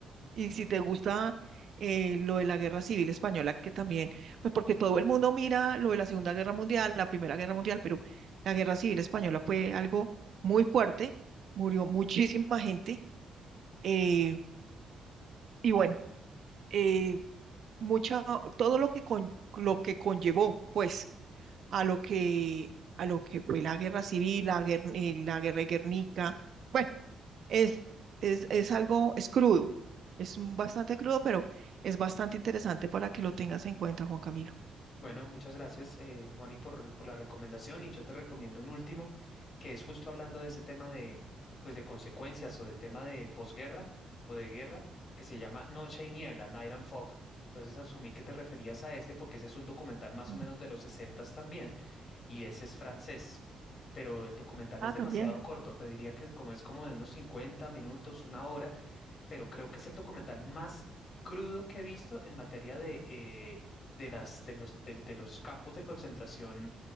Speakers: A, on the right (about 60°); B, on the left (about 50°).
A: y si te gusta eh, lo de la Guerra Civil Española, que también, pues porque todo el mundo mira lo de la Segunda Guerra Mundial, la Primera Guerra Mundial, pero la Guerra Civil Española fue algo muy fuerte, murió muchísima gente. eh, Y bueno, eh, mucha, todo lo que, con, lo que conllevó, pues, a lo que, a lo que fue la guerra civil, la, guer- eh, la guerra de Guernica, bueno, es, es, es algo, es crudo, es un- bastante crudo, pero es bastante interesante para que lo tengas en cuenta, Juan Camilo.
B: Bueno, muchas gracias, eh, Moni, por, por la recomendación y yo te recomiendo un último que es justo hablando de ese tema de, pues, de consecuencias o de tema de posguerra o de guerra que se llama Noche y Niebla, Night and Fog. Entonces asumí que te referías a ese porque ese es un documental más o
A: Mm.
B: menos de los 60 también y ese es francés. Pero el documental
A: Ah,
B: es demasiado
A: también.
B: corto, te diría que es como, es como de unos 50 minutos, una hora pero creo que es el documental más crudo que he visto en materia de, eh, de las, de los, del- de los campos de concentración